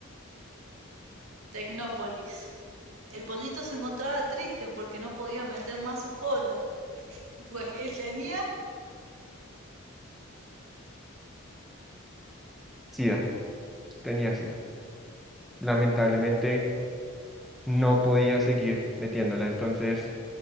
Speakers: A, on the right; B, in the centre.
A: Tecnópolis. El pollito se encontraba triste porque no podía meter más su polla, pues él tenía
B: SIDA, tenía SIDA. Lamentablemente no podía seguir metiéndola, entonces